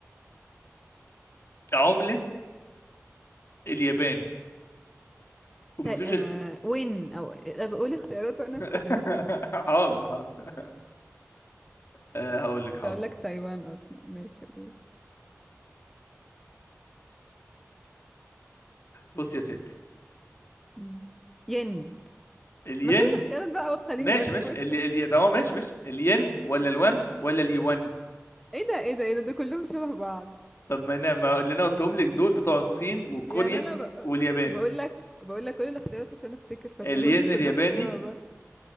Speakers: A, on the left (about 50°); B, in the centre.
A: عملة اليابان ومفيش
B: طيب آه وين او آه، بقول اختيارات وانا
A: <laughs>
B: افتكرها
A: حاضر حاضر آه، هقول لك
B: كنت
A: حاضر
B: اقول لك تايوان اصلا ماشي قول.
A: بص يا ستي
B: مم. ين
A: الين
B: ما تقولي الاختيارات بقى وتخليني
A: ماشي
B: اسكت
A: ماشي اللي
B: <laughs>
A: اللي تمام ماشي ماشي الين ولا
B: ايه
A: الوان ولا اليوان
B: إيه ده ايه ده ايه ده ده كلهم شبه بعض
A: طب ما انا ما اللي انا قلتهم لك دول بتوع الصين وكوريا
B: يعني انا ب...
A: واليابان
B: بقول لك بقول لك كل الاختيارات عشان افتكر فتقولهم
A: الين
B: لي كلهم
A: الياباني
B: شبه بعض